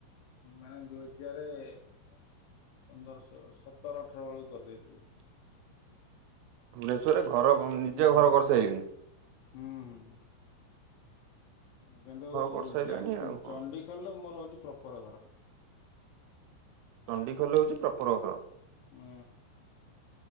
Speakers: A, on the left; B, on the right.
A: ମାନେ ଦୁଇ ହଜାରେ ଏ ପନ୍ଦର, ସୋ, ସତର, ଅଠର ବେଳୁ କରିଦେଇଥିଲି।
B: ଭୁବନେଶ୍ଵରରେ ଘର ଗୁମ୍ ନିଜେ
A: ଘ
B: ଘର କରିସାରିଲେଣିି?
A: ହଁ ହୁଁ ହୁଁ କିନ୍ତୁ
B: କରିସାରିଲେଣି
A: ଯା
B: ଆଉ କଣ?
A: ଚଣ୍ଡିଖୋଲ ମୋର ହୋଉଛି ପ୍ରପର ଘର।
B: ଚଣ୍ଡିଖୋଲ ହୋଉଛି ପ୍ରପର ଘର?
A: ହଁ।